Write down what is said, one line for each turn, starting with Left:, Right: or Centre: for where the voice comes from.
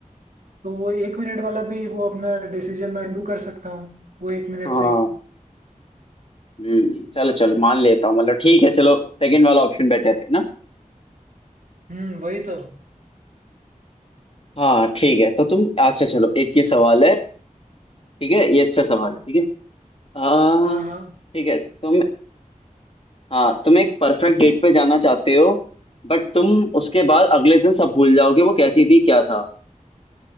Right: तो वो एक मिनट वाला भी वो अपना डिसीजन मैं अंडू कर सकता हूँ वो एक मिनट
Left: हाँ
Right: से ही
Left: हम्म, चलो चलो मान लेता हूँ मतलब ठीक है चलो सेकंड वाला ऑप्शन बेटर है ना
Right: हम्म वही तो
Left: हाँ ठीक है तो तुम अच्छा चलो एक ये सवाल है ठीक है ये अच्छा सवाल है ठीक है हाँ
Right: हाँ हाँ
Left: ठीक है तुम हाँ तुम एक परफेक्ट डेट पे जाना चाहते हो बट तुम उसके बाद अगले दिन सब भूल जाओगे वो कैसी थी क्या था